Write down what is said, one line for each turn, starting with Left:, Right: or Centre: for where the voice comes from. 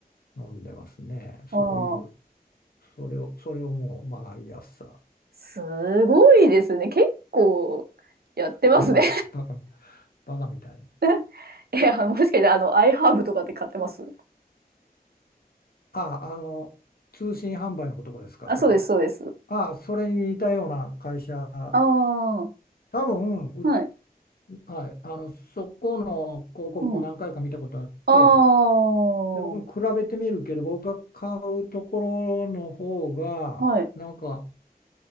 Left: 飲んでますね。
Right: ああ、
Left: そういう、それを、それをもう毎朝、
Right: すごいですね。結構やってますね。
Left: バカ、バカ、バカみたいに。
Right: <laughs> え、あの、もしかして、あの、アイハーブとかって買ってます
Left: あ、あの、通信販売のことですか、
Right: あ、
Left: それは。
Right: そうです、そうです。
Left: あ、それに似たような会社、
Right: ああ、
Left: 多分、う
Right: はい。
Left: はい、あの、そこの広告も何回か見たことあって、
Right: うん。ああ、
Left: で、僕も比べてみるけど、
Right: は
Left: 僕が買うところの方が、
Right: い。
Left: なんか、